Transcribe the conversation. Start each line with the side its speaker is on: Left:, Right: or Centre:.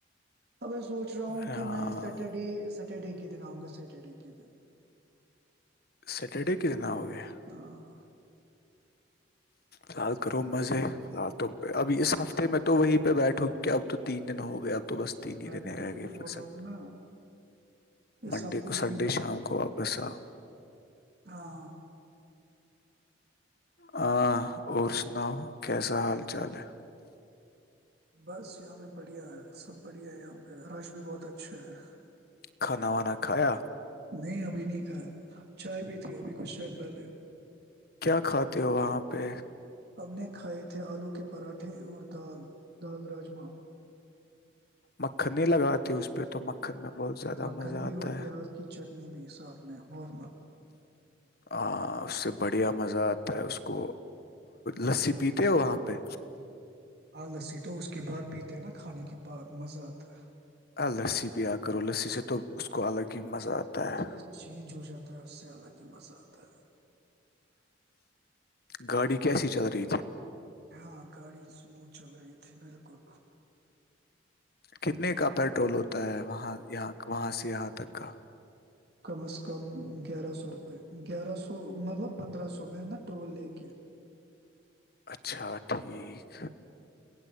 Right: اب سوچ رہا
Left: ارے
Right: ہوں
Left: ہاں
Right: کہ میں سیٹرڈے سٹرڈے کے دن آؤں گا سیٹرڈے کے دن
Left: سٹرڈے کتنا ہو گیا
Right: ہاں
Left: فال کرو مزے لال تم پہ اب اس ہفتے میں تو وہیں پہ بیٹھو کیا اب تو تین دن ہو گئے اب تو بس تین ہی
Right: میں
Left: دینے
Right: بھی تو
Left: رہ
Right: وہی
Left: گئے
Right: بول
Left: فصد
Right: رہا ہوں نا اس
Left: منڈے
Right: ہفتے
Left: کو
Right: یہی
Left: سنڈے
Right: بیٹھوں
Left: شام
Right: گا
Left: کو واپس آؤ
Right: ہاں
Left: ہاں اور سناؤ کیسا حال چال ہے
Right: بس یہاں پہ بڑھیا ہے سب بڑھیا ہے یہاں پہ رش بھی بہت اچھا ہے
Left: کھانا وانا کھایا
Right: نہیں ابھی نہیں تھاا چائے پی تھی ابھی کچھ ٹائم پہلے
Left: کیا کھاتے ہو وہاں پہ
Right: ہم نے کھائے تھے آلو کے پراٹھے اور دال دال راجما
Left: مکھن نہیں لگاتی اس پہ تو مکھن میں بہت زیادہ
Right: مکھن
Left: مزہ آتا
Right: بھی اور پیاز کی چٹ اپنی بھی ساتھ میں ہو
Left: ہ اس سے بڑھیا مزہ تا اس کو لسی پیتے ہیں وہاں پہ
Right: <unintelligible>
Left: ہ لسی بھییا کرو لسی سے تو اس کو الگ ہی مزہ آتا
Right: اس
Left: ہے
Right: نے چینج ہو جاتا ہے اس سے اللہ کی مزہ اتا ہے
Left: گاڑی کیسی چل رہی تھی
Right: ہاں گاڑی سموتھ چل رہی تھی بالکل
Left: کتنے کا پیٹرول ہوتا ہے وہاں سے یہاں تک کا
Right: کم از کم گیارہ سو روپئے گیارہ سو مطلب پندرہ سو میں نا ٹول لے کے
Left: اچھا ٹھیک